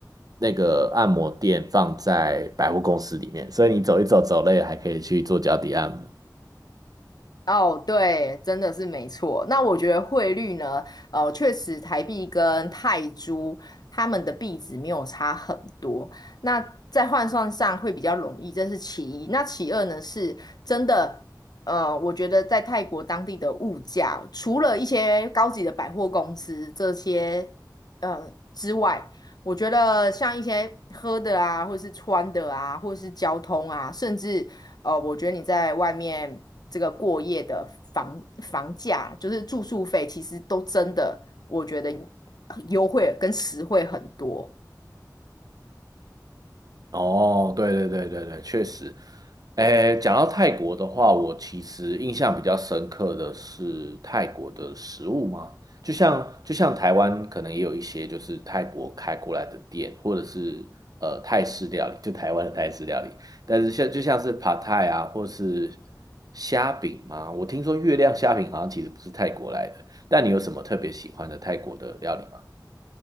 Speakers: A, on the right; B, on the left.
A: 那个按摩店放在百货公司里面，所以你走一走，走累了还可以去做脚底按摩。
B: 哦，对，真的是没错。那我觉得汇率呢，呃，确实台币跟泰铢它们的币值没有差很多，那在换算上会比较容易，这是其一。那其二呢，是真的，呃，我觉得在泰国当地的物价，除了一些高级的百货公司这些，呃之外，我觉得像一些喝的啊，或是穿的啊，或是交通啊，甚至哦，我觉得你在外面这个过夜的房房价，就是住宿费，其实都真的，我觉得优惠跟实惠很多。
A: 哦，对对对对对，确实。诶，讲到泰国的话，我其实印象比较深刻的是泰国的食物嘛，就像就像台湾可能也有一些就是泰国开过来的店，或者是呃泰式料理，就台湾的泰式料理，但是像就像是 Pad t a i 啊，或是虾饼嘛，我听说月亮虾饼好像其实不是泰国来的，但你有什么特别喜欢的泰国的料理吗？